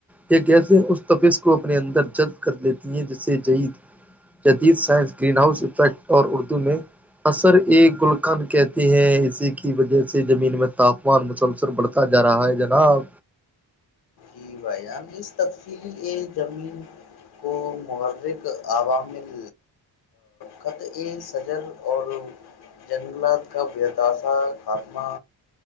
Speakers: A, in the centre; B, on the left.
A: یہ گیسیں اس تفظ کو اپنے اندر جبد کر لیتی ہیں جسے جید جدید سائنس گرین ہاؤس افیکٹ اور اردو میں اثر اے گلکن کہتے ہیں اسی کی وجہ سے زمین میں تاپمان مسلسل بڑھتا جا رہا ہے جناب
B: ان اس تفصیلی ا زمین کو محرک عوامل خط ا سجر اور جنگلات کا بداثا خاتمہ